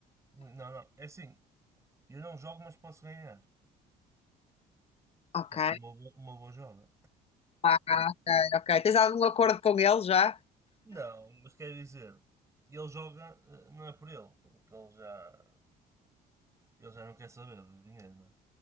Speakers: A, on the right; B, on the left.
A: não, não, é assim, eu não jogo, mas posso ganhar.
B: Ok,
A: Porque o Mobo, o Mobo joga.
B: ah, ok, ok. Tens algum acordo com ele já?
A: Não, mas quer dizer, ele joga, eh, não é por ele. Porque ele já, ele já não quer saber de dinheiro, não é?